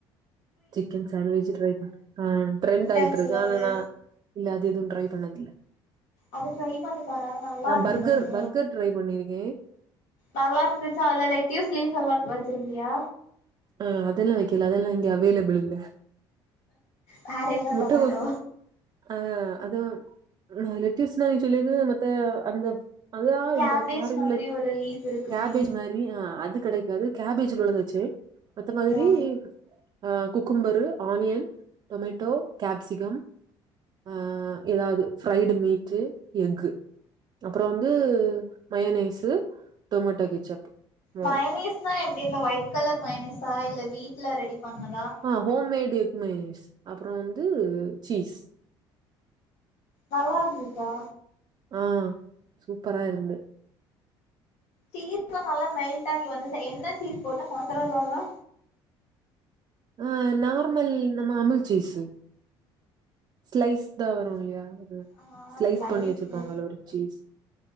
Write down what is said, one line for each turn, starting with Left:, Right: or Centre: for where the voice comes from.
Right: chicken sandwich try ஆ ட்ரெண்ட் ஆய்ருக்கு
Left: ஆச்சுல்ல
Right: ஆனா
Left: ஒரு
Right: ந இல்ல அது இதுநு ட்ரை பண்ணது இல்ல
Left: அது ட்ரை பண்ணி வரா நல்லா இருந்தது
Right: பர்கர் பர்கர் ட்ரை பண்ணிருக்கே
Left: நல்லா இருந்துச்சா அதுல லெட்டஸ்லீல்லா வச்சிருந்தியா
Right: ஆஹ் அதெல்லா வைக்கலா அதெல்லா இங்க அவைலபில்ந்த
Left: வேற என்ன
Right: முட்டகோஸ்
Left: டொமேட்டோ
Right: ஆ அது லிட்டிஷ்னரி சொல்லிக்கிது மத்த அந்த அதா
Left: கேபேஜ்
Right: இந்த ஃபாரின்ல
Left: மாதிரி ஒரு லீஃப் இருக்குமே
Right: கேபேஜ் மாரி அது கெடைக்காது கேபேஜ்ல உழுதுச்சு மத்த மாதிரி
Left: ஆ
Right: அ குக்கும்பரு ஆனியன் டொமேட்டோ கேப்சிகம் ஆ எதாது ஃப்ரைடு மீட்டு எக்கு அப்றொ வந்தூ மையோநைஸு டொமேட்டோ கெச்சப்
Left: மயனீஸ்னா
Right: ம்.
Left: எப்டி இந்த ஒயிட் கலர் மயனீஸ் ஆ இல்ல வீட்ல ரெடி பண்ணதா
Right: ஆ ஹோம் மேடு எப்பம்மே அப்றோ வந்து சீஸ்
Left: நல்லா இருந்துச்சா
Right: ஆ சூப்பரா இருந்து
Left: சீஸ் எல்லா நல்லா மெல்ட் ஆகி வந்து சே என்ன சீஸ் போட்ட மொசரல்லாவா
Right: ஆ நார்மல் நம்ம அமுல் சீஸு ஸ்லைஸ் தா வரு இல்லியா ஒரு
Left: ஆ
Right: ஸ்லைஸ்
Left: ஸ்லைஸு
Right: பண்ணி வச்சிருப்பாங்கல்ல ஒரு சீஸ்